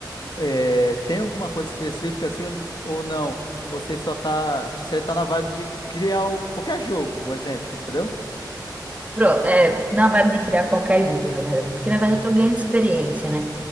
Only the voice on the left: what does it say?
É, tem alguma coisa específica assim ou não? Você só tá, você tá na vibe de criar o- qualquer jogo, um exemplo, entendeu?